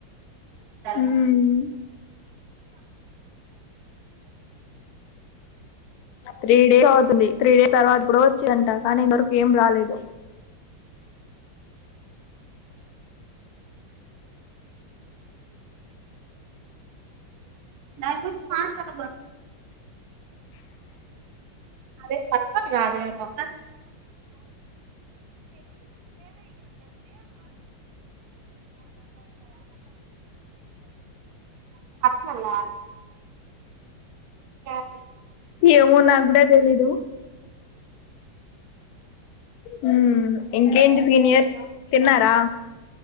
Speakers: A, on the right; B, on the left.
A: స
B: మ్మ్. త్రీ డేస్ అవుతుంది త్రీ డేస్ తర్వాత కూడా వచ్చిందంట కానీ ఇంతవరకు ఏం రాలేదు
A: న <unintelligible> అదే ప్ర అదరురు మా <unintelligible>
B: ఏమో నాకు కూడా తెలీదు హుమ్ ఇంకేంటి సీనియర్ తిన్నారా